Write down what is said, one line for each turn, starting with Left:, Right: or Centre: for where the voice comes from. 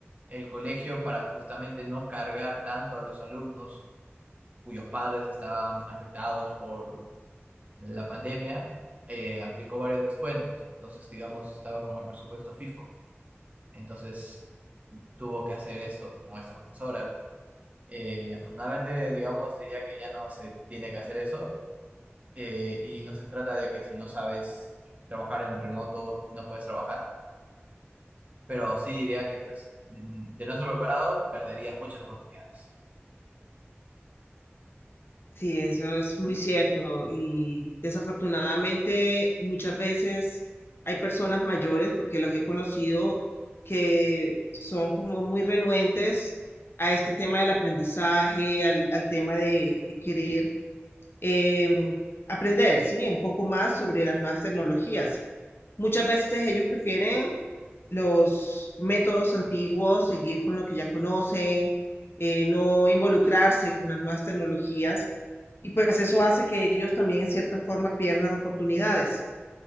Right: el colegio, para justamente no cargar tanto a los alumnos cuyos padres estaban afectados por la pandemia, eh, aplicó varios descuentos. Entonces, digamos, estaba con el presupuesto fijo. Entonces, tuvo que hacer esto con esta profesora. Eh, afortunadamente, digamos, diría que ya no se tiene que hacer eso eh, y no se trata de que si no sabes trabajar en remoto no puedes trabajar, pero sí diría que pues de de no ser preparado perderías muchas oportunidades.
Left: Sí, eso es muy cierto y desafortunadamente muchas veces hay personas mayores, porque los he conocido, que son como muy renuentes a este tema del aprendizaje, al, al tema de, de querer eh, aprender, ¿sí? Un poco más sobre las nuevas tecnologías. Muchas veces ellos prefieren los métodos antiguos, seguir con lo que ya conocen, eh, no involucrarse con las nuevas tecnologías. Y pues eso hace que ellos también en cierta forma pierdan oportunidades.